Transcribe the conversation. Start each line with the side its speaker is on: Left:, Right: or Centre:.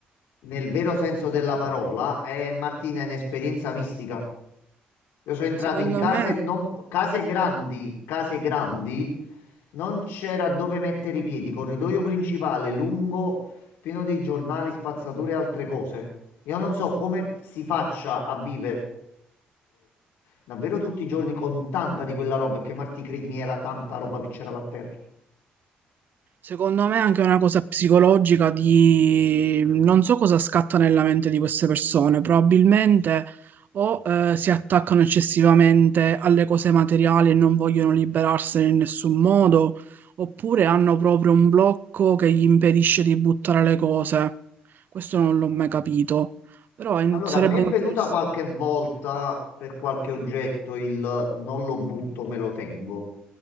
Left: nel vero senso della parola. E Martina, in esperienza mistica. Io sono entrato
Right: Secondo
Left: in case,
Right: me.
Left: non, case grandi, case grandi, non c'era dove mettere i piedi, corridoio principale lungo, pieno di giornali, spazzature e altre cose. Io non so come si faccia a vivere davvero tutti i giorni con tanta di quella roba, perché Marti, credimi, era tanta roba che c'era là a terra.
Right: Secondo me è anche una cosa psicologica di non so cosa scatta nella mente di queste persone, probabilmente o eh, si attaccano eccessivamente alle cose materiali e non vogliono liberarsene in nessun modo, oppure hanno proprio un blocco che gli impedisce di buttare le cose. Questo non l'ho mai capito, però in-
Left: Allora,
Right: sarebbe
Left: a me è
Right: interessante.
Left: venuta qualche volta per qualche oggetto il non lo butto, me lo tengo.